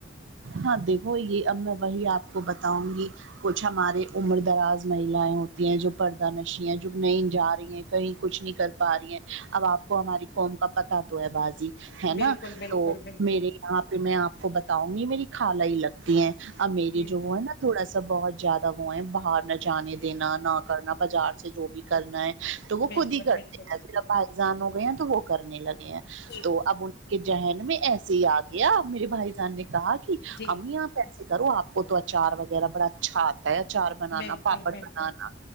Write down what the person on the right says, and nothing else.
ہاں دیکھو یہ اب میں وہی آپ کو بتاؤں گی کچھ ہمارے عمر دراز محیلائیں ہوتی ہیں جو پردہ نشیا ہیں جو نہیں جا رہی ہیں کہیں کچھ نہیں کر پا رہی ہیں اب آپ کو ہماری قوم کا پتا تو ہے باجی ہے
نا
تو
میرے یہاں پہ میں آپ کو بتاؤں گی میری خالہ ہی لگتی ہیں ا میری
جو
وہ ہے نا تھوڑا سا بہت زیادہ وہ ہے باہر نہ جانے دینا نہ کرنا بازار سے جو بھی کرنا ہے تو وہ
خود ہی کرتے
ہیں پ اب بائیزان ہو گئے ہیں تو وہ کرنے لگ تے ہے
تو اب ان کے ذہن میں ایسے ہی آ گیا میرے بھائی جان نے کہا کہ
امی آپ ایسے کرو آپ کو تو اچار وغیرہ بڑا اچھا ہےاچار بنانا
پاپڑ
بنانا